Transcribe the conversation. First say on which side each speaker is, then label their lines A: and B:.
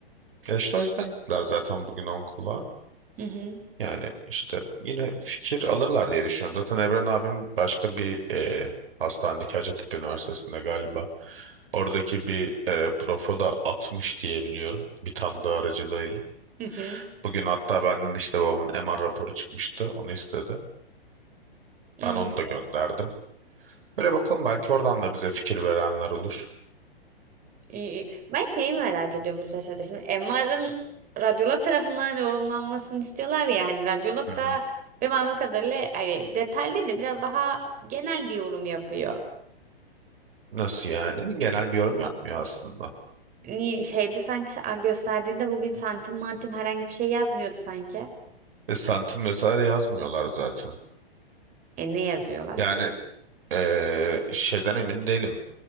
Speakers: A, on the right; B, on the right.
A: Ya işte o yüzden gittiler zaten bugün onkoloğa.
B: Hı hı.
A: Yani işte yine fikir alırlar diye düşünüyorum. Zaten Evren abim başka bir e, hastanedeki Hacettepe Üniversitesi'nde galiba oradaki bir e, profo da atmış diye biliyorum bir tanıdığı aracılığıyla.
B: Hı hı.
A: Bugün hatta benden işte babamın MR raporu çıkmıştı onu istedi.
B: Anladım.
A: Ben onu da gönderdim. Böyle bakalım belki oradan da bize fikir verenler olur.
B: Ee, Ben şeyi merak ediyorum bu sırada. Şimdi MR'ın radyolog tarafından yorumlanmasını istiyorlar ya. Hani radyolog
A: Hı hı.
B: da benim anladığım kadarıyla hani detaylı değil de biraz daha genel bir yorum yapıyor.
A: Nasıl yani? Genel bir yorum yapmıyor aslında.
B: Niye şeyde sanki sen- gösterdiğinde bugün santim mantim herhangi bir şey yazmıyordu sanki.
A: Ve santim vesaire yazmıyorlar zaten.
B: E ne yazıyorlar?
A: Yani eee, şeyden emin değilim.